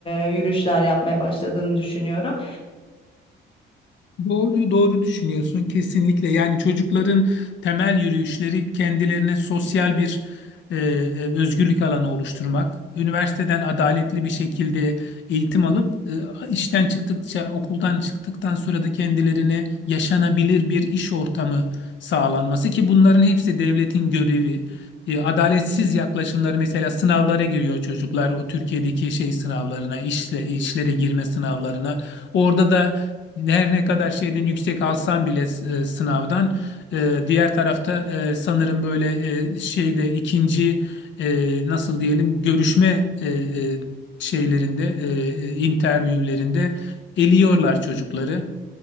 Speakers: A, on the left (about 25°); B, on the left (about 65°).
A: e, yürüyüşler yapmaya başladığını düşünüyorum.
B: Doğru, doğru düşünüyorsun kesinlikle. Yani çocukların temel yürüyüşleri kendilerine sosyal bir e, e, özgürlük alanı oluşturmak. Üniversiteden adaletli bir şekilde eğitim alıp e, işten çıktıkça, okuldan çıktıktan sonra da kendilerine yaşanabilir bir iş ortamı sağlanması ki bunların hepsi devletin görevi. E, adaletsiz yaklaşımları mesela sınavlara giriyor çocuklar o Türkiye'deki şey sınavlarına, işle, işlere girme sınavlarına. Orada da her ne kadar şeyden yüksek alsan bile e, sınavdan e, diğer tarafta e, sanırım böyle e, şeyde ikinci e, nasıl diyelim görüşme e, e, şeylerinde e, e, interviewlerinde eliyorlar çocukları.